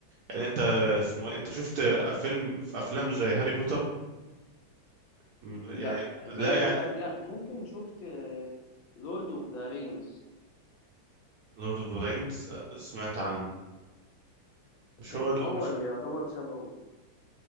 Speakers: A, on the right (about 65°); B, on the left (about 80°).
A: يعني انت اسمه إيه؟ انت شفت فيلم في افلام زي هاري بوتر م-
B: لا
A: يعني
B: زي
A: لا يعني
B: ها... لا ممكن شفت لورد اوف ذا رينجز
A: لورد اوف ذا رينجز سمعت عنه مش
B: كان
A: هو ال...
B: هو
A: مش
B: اللي يعتبر شبهه